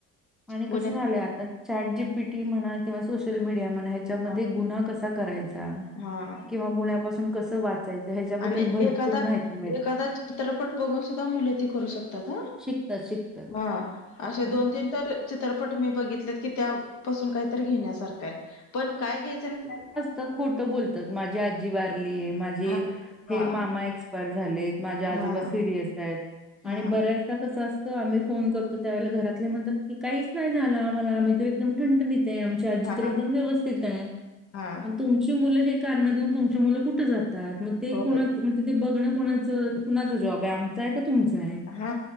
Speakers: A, in the centre; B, on the left (about 65°).
A: आणि
B: गुन्हेगारी
A: कस झालंय आता. चॅट जीपीटी म्हणा किंवा सोशल मीडिया म्हणा. ह्याच्या मध्ये
B: हा
A: गुन्हा कसा करायचा
B: हा
A: किंवा गुन्हपासून कस वाचायच. ह्याच्याबद्दल
B: आणि
A: भरपूर
B: एखादा
A: माहिती मिळते.
B: एखादा चित्रपट बघून सुद्धा मुलं ते करू शकतात
A: शिकतात शिकतात
B: ह असे
A: हम्म
B: दोन तीन. तर चित्रपट मी बघितले की त्यापासून काहीत घेण्यासारख आहे. पण काय घ्यायचं आणि काय नाय.
A: त खोटं बोलतात माझी आजी वारली आहे माझी
B: हा
A: हे
B: हा
A: मामा. पायर झालेत माझे आजोबा
B: हा
A: सिरियस आहेत आणि
B: हा
A: बऱ्याचदा कसं असत. आम्ही फोन करतो त्यावेळेला घरातले म्हणतात की काहीच नाही झालं आम्हाला आम्ही तर एकदम. ठणठणीत आमची आजी
B: हा
A: तर एकदम व्यवस्थित आहे.
B: हा
A: तुमची मुलं हे कारण देऊन तुमची मुलं कुठे जातात मग ते
B: होय
A: कुणा म्हण ते बघणं कोणाचं कुणाच जॉब आहे आमचं आहे का तुमचं आहे.
B: हा